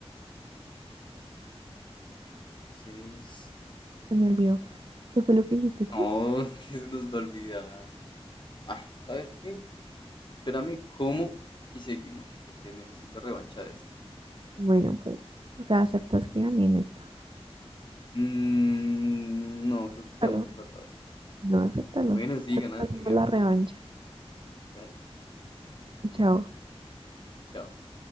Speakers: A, on the left; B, on the right.
A: 6.
B: se me olvidó. ¿Qué fue lo que dijiste tú?
A: No, <laughs> que se nos va a olvidar. Ah, ¿sabes qué? Espérame, ¿cómo? Y seguimos, porque necesito revancha de esto.
B: Bueno, pues, o sea, aceptas que gané en esta.
A: Mm, no, creo
B: Acéptalo.
A: que quedamos empatados.
B: No, acéptalo.
A: Bueno, sí, ganaste,
B: Hacemos
A: ganaste,
B: la revancha.
A: ganaste. Dale,
B: Chao.
A: chao.